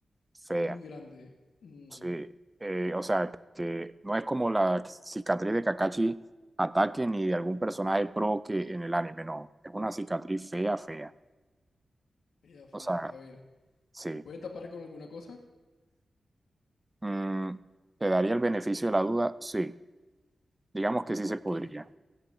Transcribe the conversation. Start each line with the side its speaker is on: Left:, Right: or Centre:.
Right: fea.
Left: Muy grande. Mm,
Right: Sí, eh, o sea, que no es como la cicatriz de Kakashi ataque ni de algún personaje pro que en el anime, no. Es una cicatriz fea, fea.
Left: ella fea.
Right: O sea,
Left: A ver,
Right: sí.
Left: ¿se puede tapar con alguna cosa?
Right: Mm, ¿te daría el beneficio de la duda? Sí. Digamos que sí
Left: Ok.
Right: se podría.